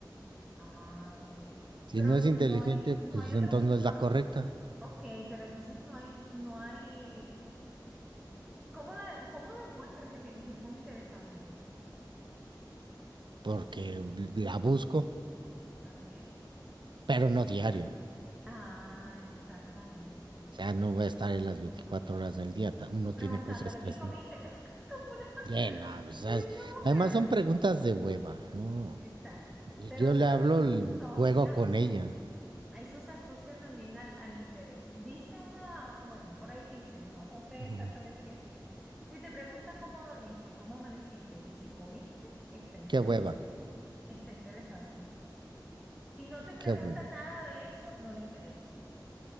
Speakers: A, in the centre; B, on the right (about 75°).
A: Ah, ok.
B: Si
A: Pero
B: no es inteligente,
A: no hay,
B: pues
A: no hay otra,
B: entonces no es
A: no,
B: la correcta,
A: ok, pero entonces no hay, no hay. ¿Cómo la, cómo demuestras que, te- que estás interesado en ella?
B: porque la busco,
A: Ok.
B: pero no diario.
A: Ah, exactamente.
B: O sea, no voy a estar en las 24 horas del día. ta- Uno tiene
A: Preguntándole
B: cosas que
A: qué
B: hacer.
A: comiste. <laughs> Como una,
B: Eh, no, o sea,
A: de una mujer.
B: además son preguntas de hueva, ¿no?
A: Exacto.
B: Yo,
A: Pero
B: yo
A: eso
B: le
A: también
B: hablo, l-
A: se asocia,
B: juego con ella.
A: a eso se asocia también al, al interés. Dice una, bueno, por ahí dicen, ¿no? No sé
B: Ujú.
A: exactamente quién fue. Si te pregunta cómo dormiste, cómo amaneciste y si comiste, está interes-
B: Qué hueva,
A: está interesado en ti. Si no te pregunta
B: qué hueva.
A: nada de eso, no le interesas.